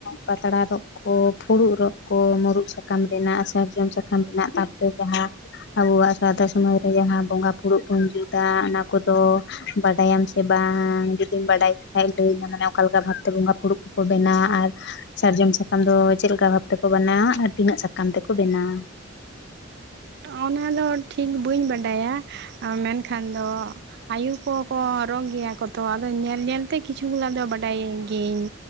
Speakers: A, on the left; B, on the right.
A: ᱯᱟᱛᱲᱟ ᱨᱚᱜ ᱠᱚ ᱯᱷᱩᱲᱩᱜ ᱨᱚᱜ ᱠᱚ ᱢᱩᱨᱩᱫ ᱥᱟᱠᱟᱢ ᱨᱮᱱᱟᱜ ᱥᱟᱨᱡᱚᱢ ᱥᱟᱠᱟᱢ ᱨᱮᱱᱟᱜ ᱛᱟᱯᱚᱨᱮ ᱡᱟᱦᱟᱸ ᱟᱵᱚᱣᱟᱜ ᱥᱟᱶᱛᱟ ᱥᱚᱢᱟᱡᱽᱨᱮ ᱡᱟᱦᱟᱸ ᱵᱚᱸᱜᱟ ᱯᱷᱩᱲᱩᱜ ᱵᱚᱱ ᱡᱩᱛᱟ ᱚᱱᱟ ᱠᱚᱫᱚ ᱵᱟᱰᱟᱭᱟᱢ ᱵᱟᱝ ᱡᱩᱫᱤᱢ ᱵᱟᱰᱟᱭ ᱞᱮᱠᱷᱟᱡ ᱞᱟᱹᱭ ᱢᱮ ᱢᱟᱱᱮ ᱚᱠᱟᱞᱮᱠᱟ ᱵᱷᱟᱵᱽᱛᱮ ᱵᱚᱸᱜᱟ ᱯᱷᱩᱲᱩᱜ ᱠᱚᱠᱚ ᱵᱮᱱᱟᱣᱟ ᱟᱨ ᱥᱟᱨᱡᱚᱢ ᱥᱟᱠᱟᱢ ᱫᱚ ᱪᱮᱫ ᱞᱮᱠᱟ ᱵᱷᱟᱵᱽ ᱛᱮ ᱠᱚ ᱵᱮᱱᱟᱣᱟ ᱟᱨ ᱛᱤᱱᱟᱹᱜ ᱥᱟᱠᱟᱢ ᱛᱮ ᱠᱚ ᱵᱮᱱᱟᱣᱟ
B: ᱚᱱᱟ ᱫᱚ ᱴᱷᱤᱠ ᱵᱟᱹᱧ ᱵᱟᱰᱟᱭᱟ ᱢᱮᱱᱠᱷᱟᱱ ᱫᱚ ᱟᱭᱳ ᱠᱚ ᱠᱚ ᱨᱚᱜ ᱜᱮᱭᱟ ᱠᱚ ᱛᱚ ᱟᱫᱚ ᱧᱮᱞ ᱧᱮᱞ ᱛᱮ ᱠᱤᱪᱷᱩ ᱜᱩᱞᱟᱱ ᱫᱚ ᱵᱟᱰᱟᱭ ᱜᱤᱭᱟᱹᱟᱹᱧ